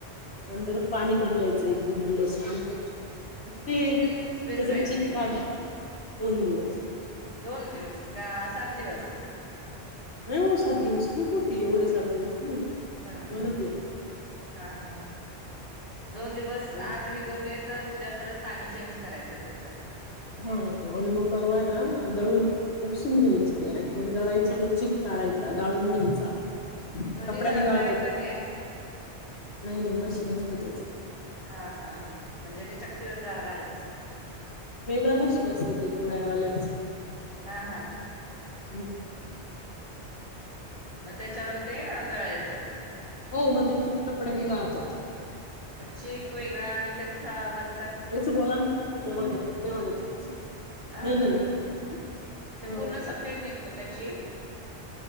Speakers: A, on the left; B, on the right.
A: नंतर पाणी बदलायचं एक दोन दिवसांनी. ती
B: किती
A: त्याचा
B: दिवस भिजवायचे
A: चिक काढ दोन दिवस.
B: दोन दिवस का सात दिवस.
A: नाही ओ सात दिवस खूप होतील एवढे सात दिवस नाही.
B: ह ना
A: दोनच दिवस
B: हा हा दोन दिवस
A: आणि
B: आज भिजविलेत. तर उद्या परत पाणी चेंज. करायचं त्याच
A: हा आणि मग परवा आहे ना दळून. उपसून घ्यायची आणि मग दळायची तो चिक काढायचा गाळून घ्यायचा.
B: घरी
A: कपड्या
B: दळता
A: नि गाळतात
B: येतं ते
A: नाही नाही मशीन असतं. तर त्याच.
B: हा हा म्हणजे ते चक्कीवर जावं लागत असल.
A: वेगळं मशीन असतं ते कुरयाड्यावाल्यांचं.
B: हा हा.
A: हम्म.
B: मग त्याच्यावर ते दळायचं.
A: हो मग तो चिक कपडेनि गाळतात.
B: मग चिक वेगळा आणि त्याचा वर
A: याच बोला ना देवरच देवरचं
B: हा
A: आणि
B: हा
A: नाही हम.
B: ह ते पूर्ण सफेद निघतो का चीक